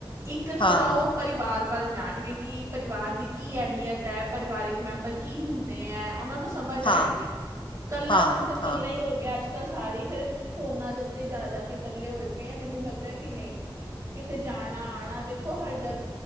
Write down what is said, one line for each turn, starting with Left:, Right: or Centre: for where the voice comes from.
Right: ਇੱਕ ਥੋੜਾ
Left: ਹਾਂ
Right: ਉਹ ਪਰਿਵਾਰ ਵੱਲ ਜਾਣਗੇ ਕਿ ਪਰਿਵਾਰ ਦੀ ਕੀ ਅਹਿਮੀਅਤ ਹੈ ਪਰਿਵਾਰਿਕ ਮੈਂਬਰ ਕੀ ਹੁੰਦੇ ਹੈ ਉਹਨਾਂ ਨੂੰ ਸਮਝ ਆਏਗੀ
Left: ਹਾਂ
Right: ਕੱਲਾ
Left: ਹਾਂ
Right: ਤਾਂ ਫੇਰ ਕੱਲਾ
Left: ਹਾਂ
Right: ਹੀ ਹੋ ਗਿਆ ਅੱਜ ਸਾਰੀ ਫਿਰ ਫੋਨਾਂ ਦੇ ਉੱਤੇ ਜਾ -ਜਾ ਕੇ ਕੱਲੇ ਹੋਏ ਪਏ ਆ ਮੈਨੂੰ ਲੱਗਦਾ ਕਿ ਨਹੀਂ ਕਿੱਥੇ ਜਾਣਾ ਆਉਣਾ ਦੇਖੋ ਹਰ ਜ